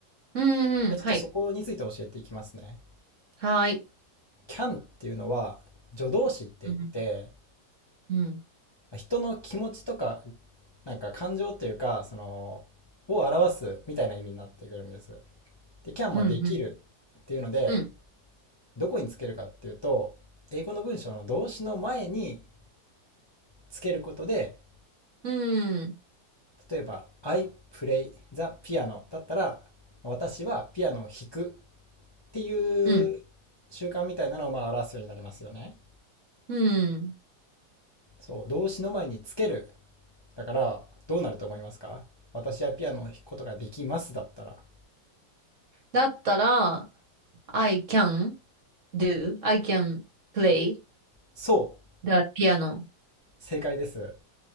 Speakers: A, on the right; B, on the left.
A: うんうん。
B: でちょっとそこについて教えていきますね。
A: はい。はい。
B: CAN っていうのは助動詞って言って、
A: うん。うん。
B: まあ人の気持ちとか、なんか感情というか、その、を表すみたいな意味になってくるんです。で、CAN
A: うん。
B: もできるっていうので、
A: うん。
B: どこにつけるかっていうと、英語の文章の動詞の前につけることで、
A: うん。
B: 例えば、I play the piano だったら、私はピアノを弾くっていう習慣みたいなのをまあ表すようになりますよね。
A: うん。うん
B: そう、動詞の前につける。だから、どうなると思いますか私はピアノを弾くことができますだったら。
A: だったら、I can do, I can play
B: そう、
A: the piano.
B: 正解です。